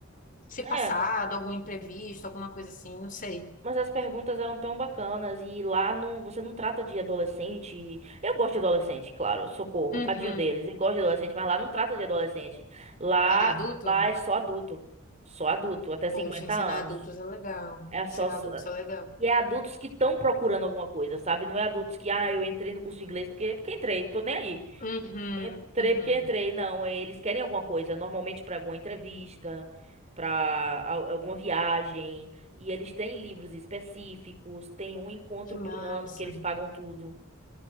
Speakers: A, on the left; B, on the right.
A: se
B: É,
A: passado, algum imprevisto, alguma coisa assim, não sei.
B: mas as perguntas eram tão bacanas e lá não, você não trata de adolescente. Eu gosto de adolescente, claro, socorro,
A: Uhum.
B: tadinho deles. Eu gosto de adolescente, mas lá não trata de adolescente. Lá,
A: É adulto?
B: lá é só adulto. Só adulto, até 50
A: Poxa, ensinar
B: anos.
A: adultos é legal,
B: É só
A: ensinar adultos é legal.
B: E é adultos que estão procurando alguma coisa, sabe? Não é adultos que, ah, eu entrei no curso de inglês porque, porque entrei, tô nem aí.
A: Uhum,
B: Entrei
A: uhum.
B: porque entrei. Não, é, eles querem alguma coisa, normalmente para alguma entrevista, para alguma viagem. E eles têm livros específicos, tem um encontro
A: Que
B: por
A: massa.
B: ano que eles pagam tudo.